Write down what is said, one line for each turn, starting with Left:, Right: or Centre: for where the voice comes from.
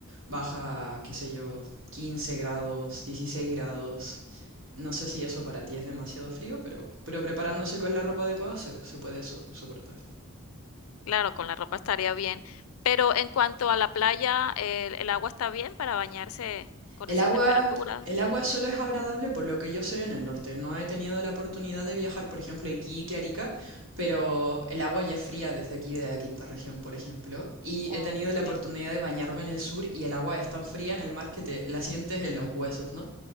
Right: Baja, qué sé yo, 15 grados, 16 grados. No sé si eso para ti es demasiado frío, pero, pero preparándose con la ropa adecuada se, se puede so- soportar.
Left: Claro, con la ropa estaría bien, pero en cuanto a la playa, ¿el el agua está bien para bañarse con
Right: El
Left: esas
Right: agua,
Left: temperaturas?
Right: el agua solo es agradable por lo que yo sé en el norte. No he tenido la oportunidad de viajar, por ejemplo, a Iquique, Arica, pero el agua ya es fría desde aquí, de la quinta región, por ejemplo. Y
Left: Okey,
Right: he tenido la oportunidad de bañarme en el sur y el agua es tan fría en el mar que te la sientes en los huesos, ¿no?